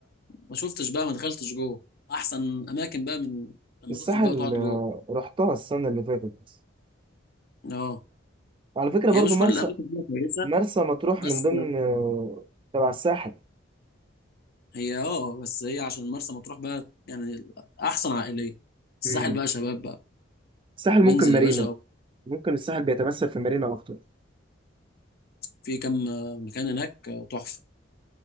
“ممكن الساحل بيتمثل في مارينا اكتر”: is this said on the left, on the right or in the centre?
Right